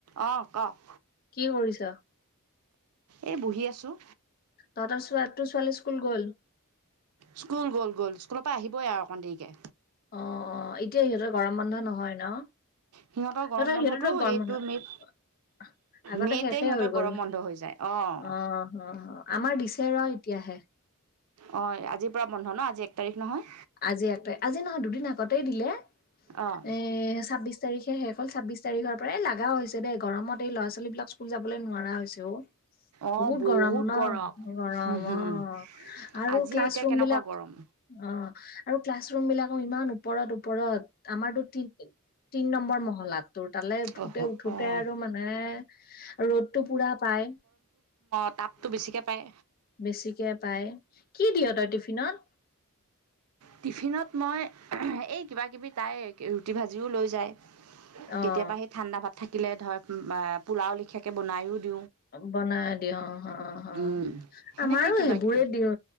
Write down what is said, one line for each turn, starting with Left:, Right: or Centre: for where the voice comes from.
Right: অ, কওক।
Left: কি কৰিছ?
Right: এই বহি আছোঁ।
Left: তহতৰ তুৰ ছোৱালী স্কুল গ'ল।
Right: স্কুল গ'ল গ'ল স্কুলৰ পৰা আহিবই আৰু অকণ দেৰিকে।
Left: অ', অ', এতিয়া সিহতেৰ গৰম বন্ধা নহয় ন
Right: সিহঁতৰ গৰম
Left: দাদা
Right: বন্ধটো
Left: সিহতেতো গৰম
Right: এইটো
Left: বন্ধ।
Right: মে'ত
Left: আগতে
Right: মে'তে
Left: শেষেই
Right: সিহঁতৰ
Left: হৈ গ'ল
Right: গৰম বন্ধ হৈ যায় অঁ
Left: অ অ। আমাৰ দিছে ৰ এতিয়াহে।
Right: অ, আজিৰ পৰা বন্ধ ন আজি এক তাৰিখ নহয়
Left: আজি আতে আজি নহয় দুদিন আগতেই দিলে।
Right: অঁ
Left: এ ছাব্বিশ তাৰিখে শেষ। অকল ছাব্বিশ তাৰিখৰ পৰা এ লগাও হৈছে দেই গৰমত এই ল'ৰা ছোৱালী বিলাক স্কুল যাবলৈ নোৱাৰা হৈছে অ
Right: অঁ
Left: বহুত গৰম ন
Right: গৰম
Left: গৰম
Right: হুম, হুম,
Left: অ, আৰু
Right: আজি
Left: ক্লাছ
Right: এতিয়া
Left: ৰুম
Right: কেনেকুৱা
Left: বিলাক
Right: গৰম
Left: অ, আৰু ক্লাছ ৰুম বিলাকো ইমান ওপৰত - ওপৰত আমাৰো তি - তিন নম্বৰ মহলাত। তোৰ তালৈ উঠোতে-
Right: অহ
Left: উঠোতে
Right: অঁ
Left: আৰু মানে ৰ'দতটো পুৰা পাই।
Right: তটাপটো বেছিকৈ পায়।
Left: বেছিকে পাই কি দিয় তই টিফিনত।
Right: টিফিনত মই এই কিবা কিবি তাই ৰুটি ভাজিও লৈ যায়
Left: অ',
Right: কেতিয়াবা সেই ঠাণ্ডা ভাত থাকিলে ধৰ পোলাও লেখীয়াকৈ বনায়ো দি
Left: বনাই দি অ - অ
Right: উম সেনেকে
Left: আমাৰো
Right: কিবা
Left: সেইবোৰে
Right: কিবি
Left: দিও